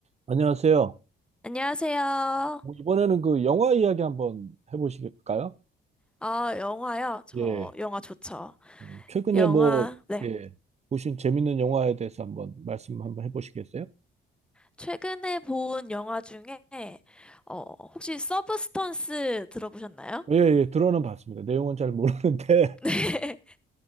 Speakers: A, on the right (about 35°); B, in the centre.
A: 안녕하세요.
B: 안녕하세요.
A: 뭐 이번에는 그 영화 이야기 한번 해보실까요?
B: 아, 영화요? 저
A: 예.
B: 영화 좋죠.
A: 음, 최근에
B: 영화,
A: 뭐,
B: 네.
A: 예, 보신 재밌는 영화에 대해서 한번 말씀 한번 해보시겠어요?
B: 최근에 본 영화 중에, 어, 혹시 서브스턴스 들어보셨나요?
A: 예, 예, 들어는 봤습니다. 내용은 잘 모르는데,
B: <laughs> 네.